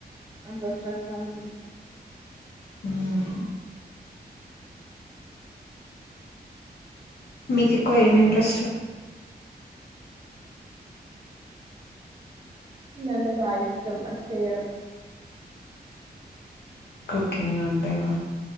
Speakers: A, on the right; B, on the left.
A: అంతోష్ట థెసాన్
B: ఉమ్ మీకుకు ఏం ఇంంట్రస్ట్
A: రంట భాయిష్టష్టం ఆది చేయాడం
B: కుకింగ్ అంటేనా